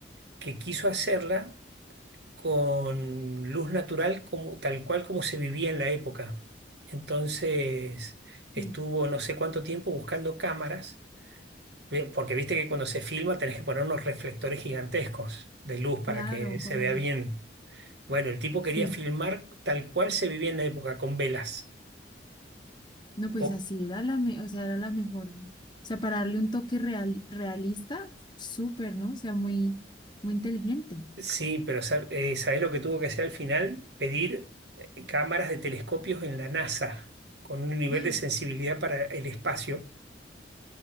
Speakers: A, on the right; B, on the left.
A: que quiso hacerla. con luz natural como, tal cual como se vivía en la época. Entonces estuvo
B: Sí.
A: no sé cuánto tiempo buscando cámaras, ve- porque viste que cuando se filma tenés que poner unos reflectores gigantescos de luz para
B: claro,
A: que se
B: como,
A: vea bien. Bueno, el tipo quería
B: sí.
A: filmar tal cual se vivía en la época, con velas.
B: No, pues
A: O-
B: así era la, me- o sea, era la mejor. O sea, para darle un toque real, realista, súper, ¿no? O sea, muy, muy inteligente.
A: sí, pero sa- eh, ¿sabés lo que tuvo que hacer al final? Pedir eh, cámaras de telescopios en la NASA, con un nivel
B: <gasps>
A: de sensibilidad para el espacio,